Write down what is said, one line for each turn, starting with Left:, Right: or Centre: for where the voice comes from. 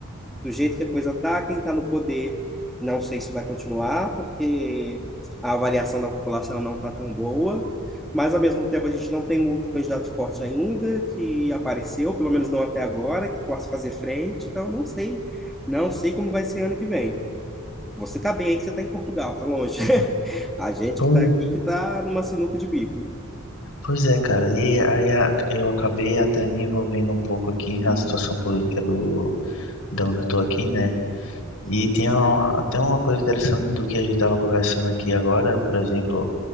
Centre: do jeito que a coisa está, quem está no poder, não sei se vai continuar, porque a avaliação da população não está tão boa. Mas, ao mesmo tempo, a gente não tem um outro candidato forte ainda que apareceu, pelo menos não até agora, que possa fazer frente. Então, não sei. Não sei como vai ser ano que vem. Você está bem aí que você está em Portugal, está longe. <laughs> A gente
Left: Pois,
Centre: que está aqui que está numa sinuca de bico.
Left: pois é, cara, e aí a- eu acabei até me envolvendo um pouco aqui na situação política do, de onde eu tô aqui, né?
Centre: Sim,
Left: E tem uma- até uma coisa interessante do que a gente tava conversando aqui agora, por exemplo.